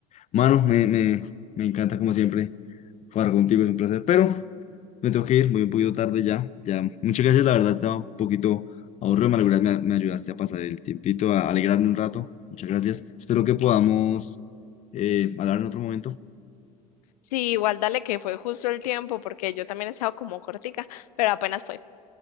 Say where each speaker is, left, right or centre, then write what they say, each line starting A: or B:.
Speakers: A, on the left; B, on the left.
A: Mano, me, me, me encanta como siempre jugar contigo, es un placer. Pero me tengo que ir, voy un poquito tarde ya. Ya, muchas gracias, la verdad estaba un poquito aburrido, me, alegra- me, me ayudaste a pasar el tiempito, a alegrarme un rato. Muchas gracias. Espero que podamos eh, hablar en otro momento.
B: Sí, igual dale que fue justo el tiempo porque yo también he estado como cortica, pero apenas fue.